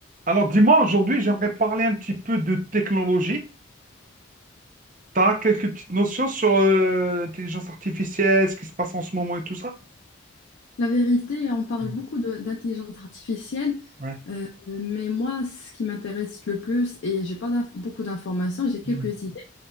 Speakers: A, on the right; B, on the left.
A: Alors, dis-moi, aujourd'hui, j'aimerais parler un petit peu de technologie. Tu as quelques petites notions sur euh, l'intelligence artificielle, ce qui se passe en ce moment et tout ça?
B: La vérité, on parle
A: Mm.
B: beaucoup de- d'intelligence artificielle,
A: Ouais.
B: euh, mais moi, ce qui m'intéresse le plus, et j'ai pas d'inf- beaucoup d'informations, j'ai quelques
A: Mm.
B: idées,